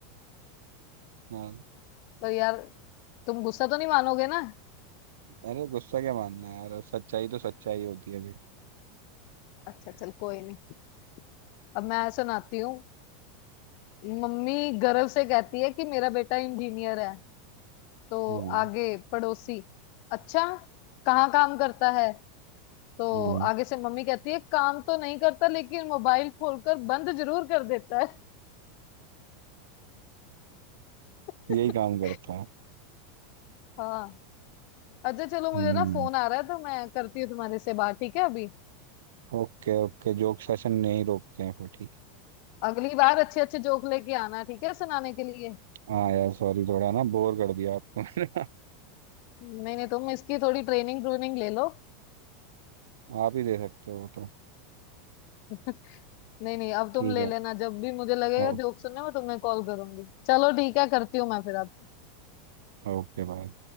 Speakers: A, on the right; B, on the left.
A: हाँ
B: तो यार तुम गुस्सा तो नहीं मानोगे ना
A: अरे गुस्सा क्या मानना है यार सच्चाई तो सच्चाई होती है देख
B: अच्छा चल कोई नहीं अब मैं सुनाती हूँ मम्मी गर्व से कहती है कि मेरा बेटा इंजीनियर है तो
A: हम्म
B: आगे पड़ोसी अच्छा कहाँ काम करता है तो
A: हम्म
B: आगे से मम्मी कहती है काम तो नहीं करता लेकिन मोबाइल खोलकर बंद जरूर कर देता है <laughs>
A: यही काम करता है
B: हाँ अच्छा चलो मुझे
A: हम्म
B: ना फोन आ रहा है तो मैं करती हूँ तुम्हारे से बात ठीक है अभी
A: ओके ओके जोक सेशन नहीं रोकते हैं फिर ठीक
B: अगली बार अच्छे अच्छे जोक लेके आना ठीक है सुनाने के लिए
A: है हाँ यार सॉरी थोड़ा ना बोर कर दिया आपको मैंने
B: नहीं नहीं तुम इसकी थोड़ी ट्रेनिंग ट्रूनिंग ले लो
A: <laughs> आप ही दे सकते हो वो तो
B: <laughs> नहीं नहीं अब
A: ठीक
B: तुम ले
A: है
B: लेना जब भी मुझे लगेगा
A: ओके
B: जोक सुनने में तुम्हें कॉल करूंगी चलो ठीक है करती हूँ मैं फिर आपसे
A: Okay bye